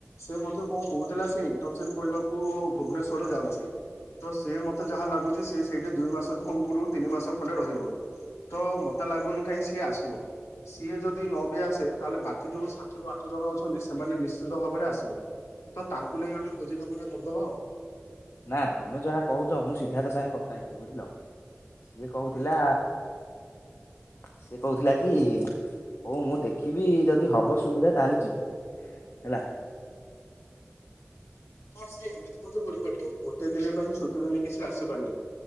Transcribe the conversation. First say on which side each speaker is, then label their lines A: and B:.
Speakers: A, on the left; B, on the left.
A: ସେ ମଧ୍ୟ କଣ କହୁଥିଲା ସେ ଇଣ୍ଟରନସିପ କରିବାକୁ ଭୁବନେଶ୍ୱର ଯାଉଛି ତ ସେ ମତେ ଯାହା ଲାଗୁଛି ସେ ସେଇଠି ଦୁଇ ମାସ ଖରୁୁ ତିନି ମାସ ଖଣ୍ଡେ ରହିବ। ତ ମତେ ଲାଗୁନି କାହିଁ ସିଏ ଆସିବ ସିଏ ଯଦି ନ ବି ଆସେ ତାହେଲେ ବାକି ଯୋଉ ସାତରୁ ଆଠ ଜଣ ଅଛନ୍ତି ସେମାନେ ନିଶ୍ଚିତ ଭାବରେ ଆସିବେ ତ ତାଙ୍କୁ ନେଇ ଆମେ ଭୋଜି କାମଟା କରିଦବା ଆଉ।
B: ନା ତମେ ଯାହା କହୁଛ ମୁଁ ସିଦ୍ଧାର୍ଥ ସାଙ୍ଗେ କଥା ହେଇଥିଲି ବୁଝିଲ ସିଏ କହୁଥିଲା ସିଏ କହୁଥିଲା କି ହଉ ମୁଁ ଦେଖିବି ଯଦି ହବ ସୁବିଧା ତାହେଲେ ଯିବି ହେଲା।
A: ହଁ ସେ ଏମତିପାର ଗୋଟେ ଦିନ ପାଇଁ ଛୁଟିରେ ନେଇକି ସେ ଆସିପାରିବ